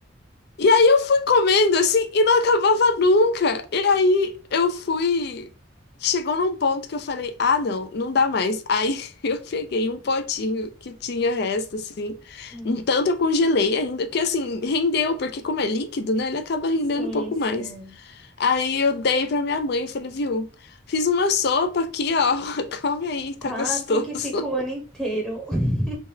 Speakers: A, on the left; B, in the centre.
A: E aí eu fui comendo assim e não acabava nunca. E aí eu fui. Chegou num ponto que eu falei, ah, não, não dá mais. Aí <laughs> eu peguei um potinho que tinha resto, assim.
B: Hum,
A: Um tanto eu congelei ainda, porque assim, rendeu, porque como é líquido, né, ele acaba rendendo
B: Sim,
A: um pouco
B: sim.
A: mais. Aí eu dei pra minha mãe e falei, viu, fiz uma sopa aqui, ó, <laughs> come aí, tá
B: quase
A: gostoso.
B: que fico o ano inteiro. <laughs>